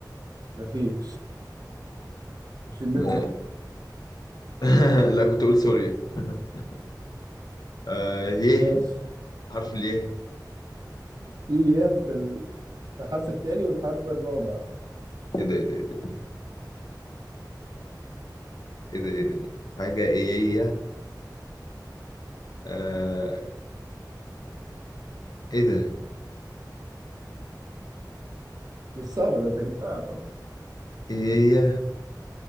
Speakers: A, on the right (about 55°); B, on the left (about 60°).
A: ما فيش مش النمسا
B: ما...
A: لا
B: <laughs> لا كنت اقول سوريا <laughs> آه... يه
A: ماشي
B: حرف اليه
A: في إيه في ال... في الحرف الثاني والحرف الرابع
B: ايه ده ايه ده ايه ده ايه ده إيه ده؟ حاجه ايه آه... ايه ده
A: مش صعبة ده أنت جبتها طبعا
B: ايه